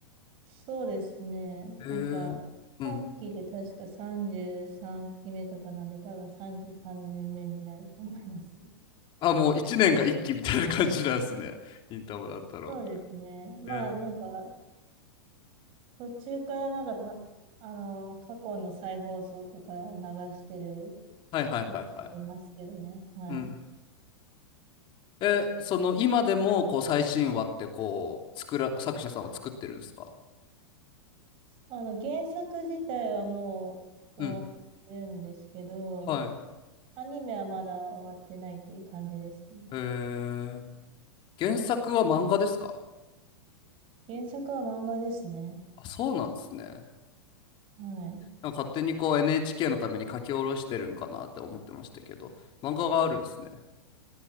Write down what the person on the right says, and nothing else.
そうですね。
なんか、
今期で確か33期目とかなんで、多分33年目になると思います。
そうですね。
まあ、
なんか、途中からなんかた、あの、過去の再放送とかを流してる
時もいますけどね。はい。
あの、原作自体はもう終わってるんですけど、
アニメはまだ終わってないっていう感じですね。
原作は漫画ですね。
はい。